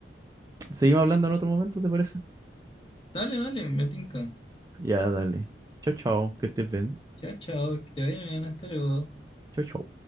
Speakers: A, on the right; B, on the left.
A: seguimos hablando en otro momento, ¿te parece?
B: Dale, dale, me tinca.
A: Ya, dale. Chao, chao, que estés bien.
B: Chao, chao, que te vaya bien, hasta luego.
A: Chao, chao.